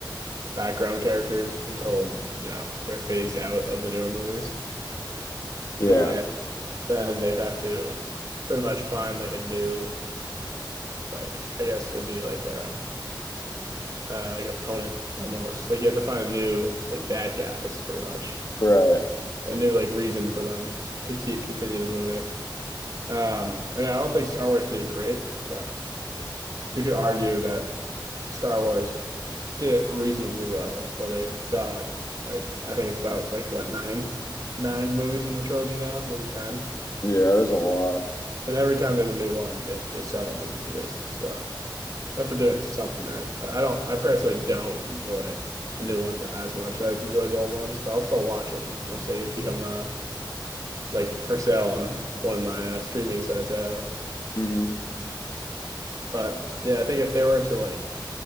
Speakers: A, on the right; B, on the left.
A: background characters until you know they're phased out of the newer movies,
B: Yeah,
A: and then they'd have to pretty much find like a new like I guess it'd be like a uh, like opponent almost. Like you have to find a new like bad guys pretty much.
B: right.
A: A new like reason for them to keep continue the movie. Um I mean I don't think Star Wars did it great, but you could argue that Star Wars did it reasonably well where they've got like I think it's about like what nine nine movies in the trilogy now, maybe ten.
B: Yeah, there's a lot.
A: And every time there's a new one, they they sell at movie theaters. So that's for doing something right. But I don't. I personally don't enjoy the new ones as much. I enjoy the old ones, but I'll still watch them once they become uh like for sale on one of my uh, streaming sites I have.
B: hmm
A: But yeah, I think if they were to like